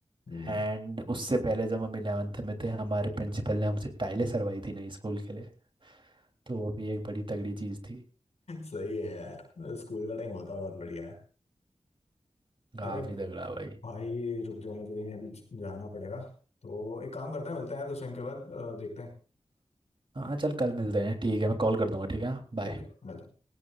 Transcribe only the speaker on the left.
हम्म
सही है यार स्कूल का टाइम होता बहुत बढ़िया है
अरे
भाई रुक जाओ मुझे कहीं अभी जाना पड़ेगा तो एक काम करते हैं मिलते हैं यार कुछ टाइम के बाद अ, देखते हैं
ठीक है मिलते हैं